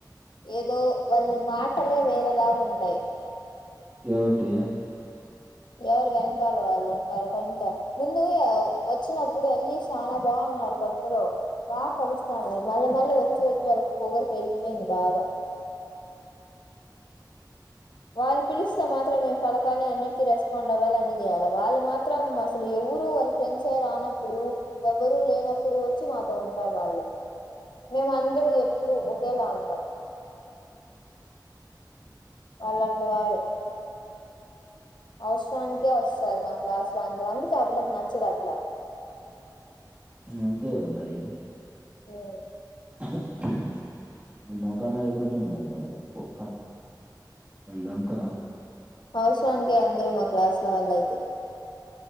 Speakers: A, on the left; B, on the right.
A: ఏదో వాళ్ళ మాటలే వేరేలాగుంటాయి
B: ఏవటి
A: ఎవరు వెనకాల వాళ్ళు ఉంటారు కొంత ముందు వచ్చినప్పుడు వెళ్ళలి చాలా బాగు కొతులో బాగా కలుస్తానుది మళ్ళీ మళ్ళీ వచ్చి వచ్చి వాళ్ళకి పోగరు పెరిగిపోయింది బాగా
B: <inaudible>
A: వాళ్ళు పిలిస్తే మాత్రం ఏం పల తనే అన్నిటికి రెస్పాండ్ అవ్వాల అన్నీ చేయాల వాళ్ళు మాత్రం అసలు ఎవ్వరు వాళ్ళ ఫ్రెండ్స్ యే రానప్పుడు ఎవ్వరు లేనప్పుడు వచ్చి మాతో ఉంటారు వాళ్ళు మేము అందరూ ఎప్పుడు ఒకేలా ఉంటాం వాళ్ళు అట్లా కాదు అవసరానికే వస్తారు మా క్లాసు‌లో అందరు అందుకే ఆ పిల్లకి నచ్చదు అట్లా
B: హ్మ్ అంతేకదా మరి
A: హ్మ్
B: <unintelligible> నిన్న ఊకన్నది ఎప్పుడు మింగాలి మరి బొక్క అల్లంకా
A: అవసరానికే అందరూ మా క్లాసులో వాళ్ళు అయితే